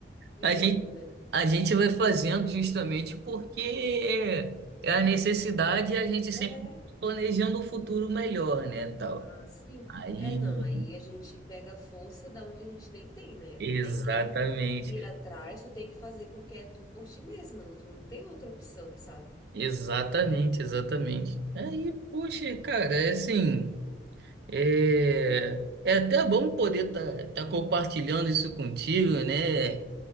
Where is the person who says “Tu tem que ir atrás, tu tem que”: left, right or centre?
Left